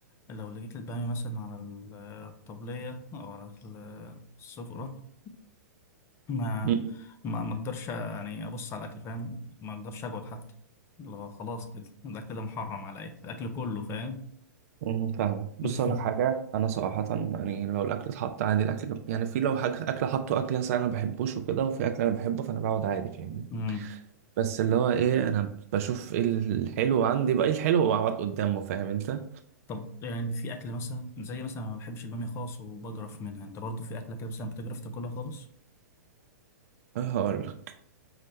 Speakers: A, on the left (about 25°); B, on the right (about 55°).
A: لو لقيت البامية مثلا على الطبلية او على السفرة ما
B: مم.
A: ما ما اقدرش يعني ابص على الاكل فاهم ما اقدرش اقعد حتى اللي هو خلاص كده الاكل ده محرم عليا الاكل كله فاهم
B: مم، فاهمة بص
A: <laughs>
B: أقول لك حاجة أنا صراحة يعني لو الأكل اتحط عادي الأكل جم... يعني في لو حاجة أكل حطه أكل مثلا أنا ما بحبوش وكده وفي أكل أنا بحبه فأنا بقعد عادي فاهمني
A: امم
B: بس اللي هو إيه أنا بشوف إيه الحلو عندي بقى إيه الحلو وأقعد قدامه فاهم أنت
A: طب يعني في اكل مثلا زي مثلا ما بحبش الباميه خالص وبجرف منها انت برضو في اكله كده مثلا بتجرف تاكلها خالص
B: آه، هقول لك